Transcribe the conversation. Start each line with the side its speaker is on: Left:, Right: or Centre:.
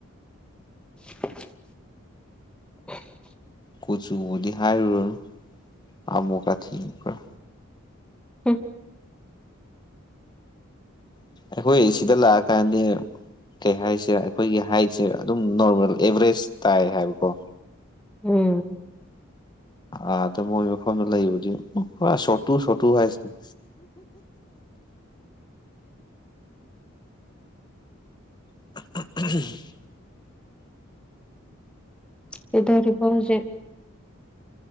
Centre: <inaudible>
Left: ꯀꯨꯆꯨꯕꯨꯗꯤ ꯍꯥꯏꯔꯨꯔꯅꯨ ꯑꯃꯨꯀꯥꯊꯤꯅꯤ ꯄꯨꯔꯥ
Centre: ꯍꯝ
Left: ꯑꯈꯣꯏꯁꯤꯗ ꯂꯥꯛꯑ ꯀꯥꯟꯗꯤ ꯀꯩ ꯍꯥꯏꯁꯤꯔ ꯑꯩꯈꯣꯏꯒꯤ ꯍꯥꯏꯠꯁꯦ ꯑꯗꯨꯝ ꯅꯣꯔꯃꯦꯜ ꯑꯦꯚꯔꯦꯖ ꯇꯥꯏ ꯍꯥꯏꯕꯀꯣ
Centre: ꯎꯝ
Left: ꯑꯥꯗ ꯃꯣꯏ ꯃꯐꯝꯗ ꯂꯩꯕꯗꯤ ꯁꯣꯠꯇꯨ ꯁꯣꯠꯇꯨ ꯍꯥꯏꯁꯤꯅꯤ <unintelligible>
Centre: ꯀꯩꯗꯧꯔꯤꯕ ꯍꯧꯖꯤꯛ